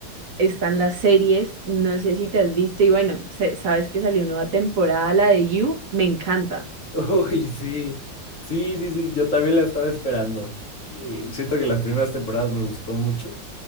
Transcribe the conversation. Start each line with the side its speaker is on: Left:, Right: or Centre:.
Right: están las series, no sé si te has visto y bueno, se- sabes que salió nueva temporada, la de You, me encanta.
Left: <laughs> Uy, sí, sí, sí, sí, yo también la estaba esperando. Mm, Siento que las primeras temporadas me gustó mucho